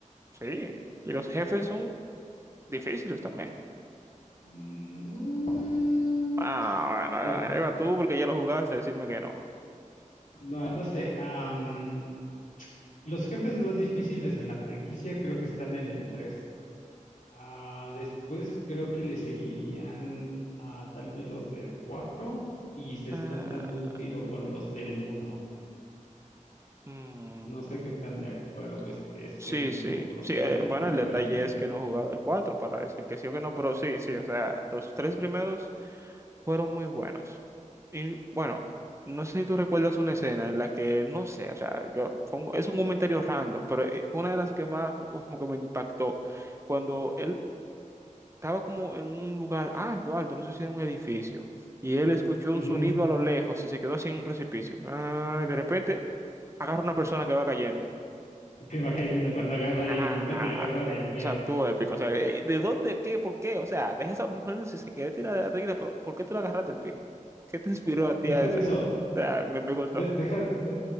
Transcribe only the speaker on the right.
sí. Y los jefes son difíciles también.
Ah, bueno, ahí
va tú porque ya lo jugaste, decirme que no.
Ah,
mm,
Sí,
sí,
sí, eh,
bueno,
el detalle
es que no he jugado el 4 para decir que sí o que no, pero sí, sí, o sea, los tres primeros fueron muy buenos. Y bueno, no sé si tú recuerdas una escena en la que, no sé, o sea, yo pongo- es un comentario random, pero eh, fue una de las que más <laughs> como que me impactó, cuando él estaba como en un lugar alto, alto, no sé si era un edificio, y él escuchó
un sonido a lo lejos y se quedó así en un precipicio. Ah, y de repente agarra una persona que va cayendo.
Ah,
o sea, tú épico. O sea, eh, ¿de dónde, qué, por qué? O sea, deja esa mujer si se quiere tirar de la tequila, pero ¿por qué tú la agarraste el pie? ¿Qué te inspiró a ti
a eso?
O sea, me, me gustó.